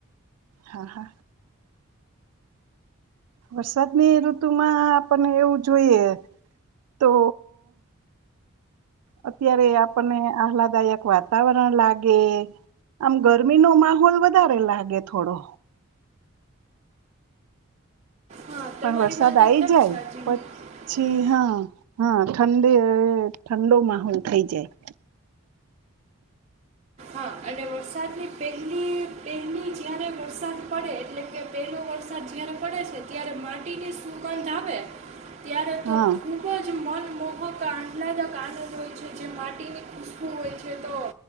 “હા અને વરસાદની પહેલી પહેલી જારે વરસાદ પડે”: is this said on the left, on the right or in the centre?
Right